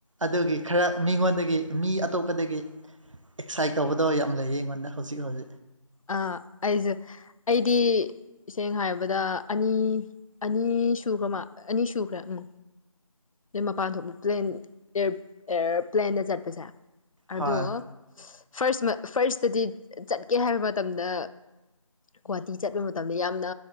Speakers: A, on the right (about 60°); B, on the left (about 70°).
A: ꯑꯗꯨꯒꯤ ꯈꯔ ꯃꯤꯉꯣꯟꯗꯒꯤ ꯃꯤ ꯑꯇꯣꯞꯄꯗꯒꯤ ꯑꯦꯛꯁꯥꯏꯠ ꯇꯧꯕꯗꯣ ꯌꯥꯝ ꯂꯩꯌꯦ ꯑꯩꯉꯣꯟꯗ ꯍꯧꯖꯤꯛ ꯍꯧꯖꯤꯛ
B: ꯑ ꯑꯩꯁꯨ ꯑꯩꯗꯤ ꯏꯁꯦꯡꯅ ꯍꯥꯏꯕꯗ ꯑꯅꯤ ꯑꯅꯤ ꯁꯨꯈ꯭ꯔ ꯃꯥ ꯑꯅꯤ ꯁꯨꯈ꯭ꯔꯦ ꯎꯝ ꯅ ꯃꯄꯥꯟ ꯊꯣꯛ ꯄ꯭ꯂꯦꯟ ꯑꯦꯌꯥꯔꯄ꯭ꯂꯦꯟꯗ ꯆꯠꯄꯁꯦ ꯑꯗꯣ
A: ꯍꯣꯏ
B: ꯐꯥꯔꯁ ꯐꯥꯔꯁꯇꯗꯤ ꯆꯠꯀꯦ ꯍꯥꯏꯕ ꯃꯇꯝꯗ ꯒꯨꯍꯥꯇꯤ ꯆꯠꯄ ꯃꯇꯝꯗ ꯌꯥꯝꯅ